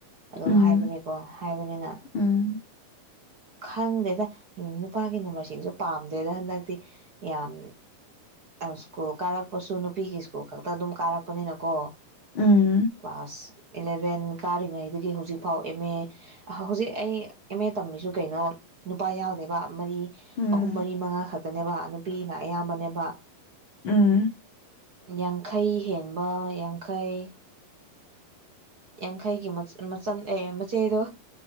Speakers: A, on the right; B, on the left.
A: ꯑꯗꯨꯝ
B: ꯎꯝ
A: ꯍꯥꯏꯕꯅꯤꯀꯣ ꯍꯥꯏꯕꯅꯤꯅ
B: ꯎꯝ
A: ꯈꯪꯗꯦꯗ ꯅꯨꯄꯥꯒꯤ ꯅꯝꯕꯔꯁꯤꯡꯁꯨ ꯄꯥꯝꯗꯦꯗ ꯍꯟꯗꯛꯇꯤ ꯌꯥꯝ ꯁ꯭ꯀꯨꯜ ꯀꯥꯔꯛꯄꯁꯨ ꯅꯨꯄꯤꯒꯤ ꯁ꯭ꯀꯨꯜ ꯈꯛꯇ ꯑꯗꯨꯝ ꯀꯥꯔꯛꯄꯅꯤꯅꯀꯣ
B: ꯎꯝ
A: ꯀ꯭ꯂꯥꯁ ꯏꯂꯕꯦꯟ ꯀꯥꯔꯤꯉꯩꯗꯒꯤ ꯍꯧꯖꯤꯛꯐꯥꯎ ꯑꯦꯝ ꯑꯦ ꯍꯧꯖꯤꯛ ꯑꯩ ꯏꯦꯝ ꯑꯦ ꯇꯝꯃꯤꯁꯨ ꯀꯩꯅꯣ ꯅꯨꯄꯥ ꯌꯥꯎꯗꯦꯕ ꯃꯔꯤ
B: ꯎꯝ
A: ꯑꯍꯨꯝ ꯃꯔꯤ ꯃꯉꯥ ꯈꯛꯇꯅꯦꯕ ꯄꯄꯤꯅ ꯑꯌꯥꯝꯕꯅꯦꯕ
B: ꯎꯝ
A: ꯌꯥꯡꯈꯩ ꯍꯦꯟꯕ ꯌꯥꯡꯈꯩ ꯌꯥꯡꯈꯩꯒꯤ ꯃꯆ ꯑꯦ ꯃꯆꯦꯗꯣ